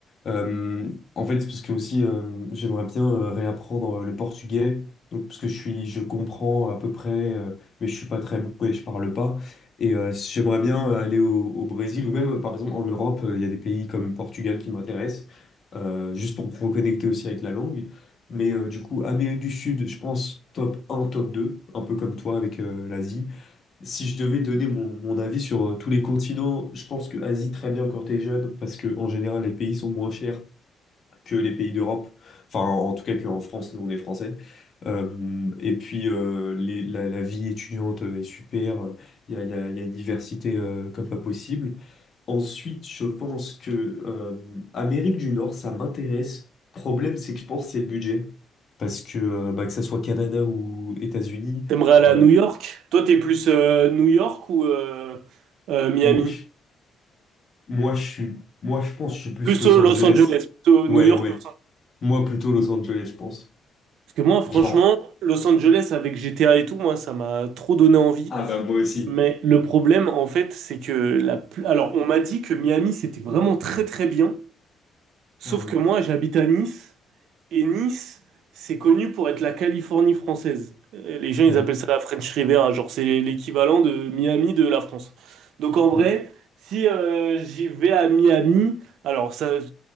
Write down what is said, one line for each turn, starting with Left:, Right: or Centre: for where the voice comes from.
Left: Euh, en fait, parce que aussi, euh, j'aimerais bien euh, réapprendre le portugais. Donc, parce que je suis, je comprends à peu près, euh, mais je suis pas très bon et je parle pas. Et euh, j'aimerais bien aller au, au Brésil ou même, par exemple, en Europe, euh, il y a des pays comme Portugal qui m'intéressent, euh, juste pour me reconnecter aussi avec la langue. Mais euh, du coup, Amérique du Sud, je pense top un top 2 un peu comme toi avec euh, l'Asie. Si je devais donner mon, mon avis sur euh, tous les continents, je pense que Asie très bien quand t'es jeune, parce que en général les pays sont moins chers que les pays d'Europe. Enfin, en tout cas qu'en France, nous on est français. Euh, et puis euh, les- la, la vie étudiante euh, est super, il y a, y a- y a une diversité euh, comme pas possible. Ensuite, je pense que euh, Amérique du Nord, ça m'intéresse. Problème, c'est que je pense que c'est le budget. Parce que, euh, bah, que ça soit Canada ou États-Unis,
Right: T'aimerais aller à
Left: euh,
Right: New York? Toi, t'es plus euh, New York ou euh, euh, Miami?
Left: moi, je, moi, je suis, moi, je pense que je suis plus
Right: Plus
Left: Los
Right: euh,
Left: Angeles.
Right: Los Angeles, plutôt New
Left: Ouais,
Right: York,
Left: ouais.
Right: Los Angeles.
Left: Moi, plutôt Los Angeles, je pense.
Right: Parce que moi, franchement,
Left: Genre,
Right: Los Angeles avec GTA et tout, moi, ça m'a trop donné envie.
Left: ah bah moi aussi.
Right: Mais le problème, en fait, c'est que la... pl- Alors, on m'a dit que Miami, c'était vraiment très très bien, Sauf
Left: Ah oui.
Right: que moi, j'habite à Nice, et Nice, c'est connu pour être la Californie française. Euh, Les gens, ils
Left: Ouais,
Right: appellent ça la French Riviera, genre c'est l'équivalent de Miami de la France. Donc en vrai,
Left: ouais.
Right: si euh, j'y vais à Miami, alors ça,